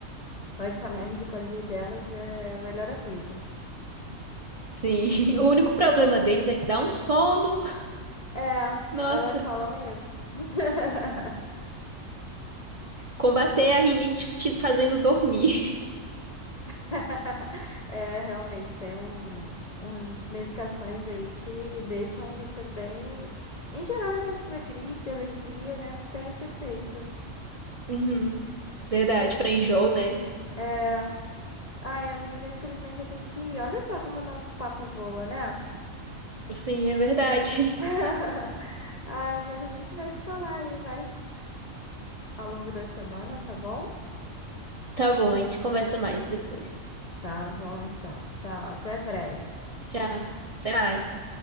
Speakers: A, on the left; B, on the right.
A: o antialérgico ali delas é o melhor amigo.
B: Sim, <laughs> o único problema deles é que dá um sono.
A: É,
B: Nossa,
A: elas falam isso. <laughs>
B: combater a rinite te fazendo dormir. <laughs>
A: <laughs> É, realmente, tem um, umas medicações aí que deixam você bem. Em geral, realmente para gripe, alergia, né? Tem esse efeito.
B: Uhum, verdade,
A: Bem...
B: pra enjoo, né?
A: É. Ai, amiga, infelizmente eu tenho que ir. Olha só como o nosso papo voa, né?
B: Sim, é verdade.
A: <laughs>
B: <laughs>
A: Ai, mas a gente vai se falar aí mais ao longo da semana, tá bom?
B: Tá bom, a gente conversa mais depois.
A: Tá bom, então. Tchau, até breve.
B: Tchau, até mais.